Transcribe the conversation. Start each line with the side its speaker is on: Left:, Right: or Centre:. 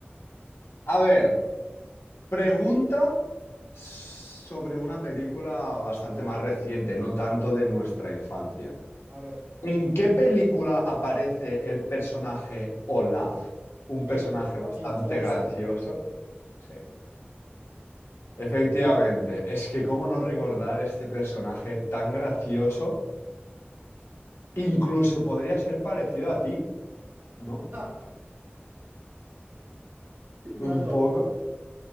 Left: A ver, pregunta sobre una película bastante más reciente, no tanto de nuestra infancia.
Right: A ver,
Left: ¿En qué película aparece el personaje Olaf? Un personaje
Right: en,
Left: bastante
Right: en Frozen.
Left: gracioso. Sí, efectivamente. Es que cómo no recordar este personaje tan gracioso. Incluso podría ser parecido a ti, ¿no?
Right: <laughs>
Left: Un
Right: Malo.
Left: poco,